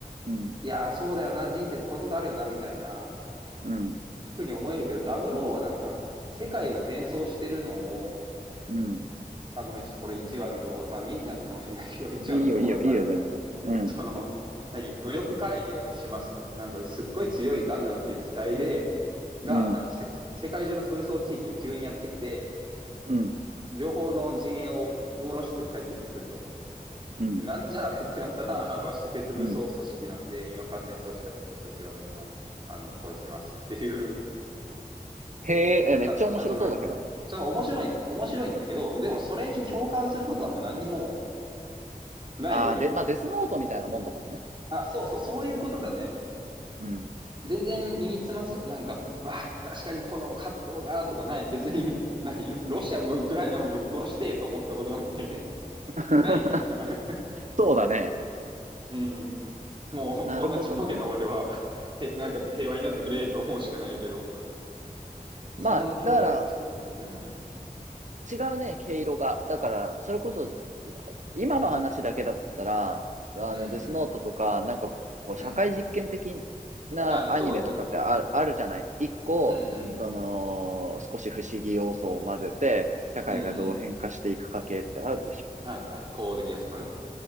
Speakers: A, on the right; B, on the right.
A: うん、
B: いやー、そうだよな、人生ってこういうことあるよな、みたいな、
A: うん、
B: ふうに思えるけど、00はなんか、世界が戦争してるのを、
A: うん。
B: まあ、ごめん、ちょっとこれ1話の情報、まあ見ないかもしれないけど、<laughs> 1話の情報だからあれなんだけど、
A: いいよ、いいよ、いいよ、全然。うん、
B: その、何、武力介入をしますと。なんか、すっごい強いガンダムっていう機体で、が、
A: うん、
B: なんかせ、世界中の紛争地域に急にやってきて、
A: うん、
B: 両方の陣営をぶっ殺して帰っていくと。
A: うん、
B: なんじゃあれってなったら、<laughs> あの、施設武装組織なんで、
A: うん。
B: 今から戦争した人たちはみんな、あの、殺しますっていう
A: へえ、えめっちゃ面白そうだけどな。
B: か、始まりなの。そう、面白いのよ。面白いんだけど、でもそれに共感することはもう何にも
A: うん
B: ないよね。
A: ああ、で、まあ、デスノートみたいなもんだもんね。
B: あ、そうそう、そういうことだね。
A: うん。
B: 全然身につまさ、なんか、わあ、確かにこの葛藤が、とかない。別に、<laughs> 何、ロシアもウクライナもぶっ殺してと思ったことなんて <laughs>
A: <laughs>
B: ないからさ。
A: そうだね。
B: <laughs> うん。もう、
A: なるほどな。
B: こんなちっぽけな俺は、へ、なんか平和になってくれと思うしかないけど。
A: まあ、
B: そんな強大な力を。
A: だから、
B: うん。
A: 違うね、毛色が。だから、それこそ、今の話だけだったら、あの、
B: うん
A: デスノートとか、なんかこう、
B: うん。
A: 社会実験的なアニメとかってある、
B: うん。ああ、そうね。
A: あるじゃない。一個、
B: うんうん。
A: その、少し不思議要素を混ぜて、社会がどう変化していくか系ってあるでしょ。
B: うんうん。はいはい。コードギアスとかね。